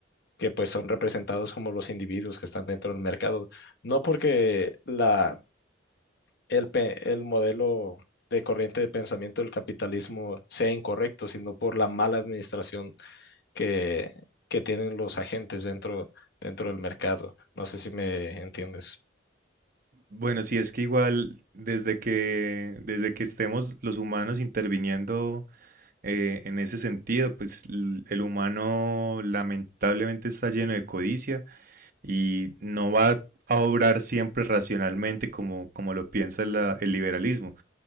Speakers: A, on the left (about 60°); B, on the right (about 50°).
A: que pues son representados como los individuos que están dentro del mercado. No porque la, el, pe- el modelo de corriente de pensamiento del capitalismo sea incorrecto, sino por la mala administración que, que tienen los agentes dentro, dentro del mercado. No sé si me entiendes.
B: Bueno, sí, es que igual desde que, desde que estemos los humanos interviniendo eh, en ese sentido, pues l- el humano lamentablemente está lleno de codicia y no va a obrar siempre racionalmente como, como lo piensa la- el liberalismo